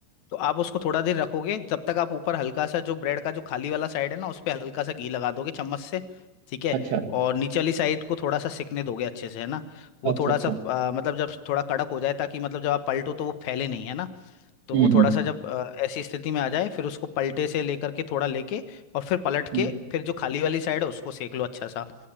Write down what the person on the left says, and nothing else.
तो आप उसको थोड़ा देर रखोगे जब तक आप ऊपर हल्का सा जो ब्रेड का जो खाली वाला साइड है ना उस पे हल्का सा घी लगा दोगे चम्मच से ठीक है
और नीचे वाली साइड को थोड़ा सा सिकने दोगे अच्छे से है ना वो
थोड़ा
सा आ, मतलब जब थोड़ा कड़क हो जाए ताकि मतलब जब आप पलटो तो वो फैले नहीं है ना तो
वो थोड़ा
सा जब आ, ऐसी स्थिति में आ जाए फिर उसको पलटे से लेकर के थोड़ा लेके और फिर पलट
के फिर जो खाली वाली साइड है उसको सेक लो अच्छा सा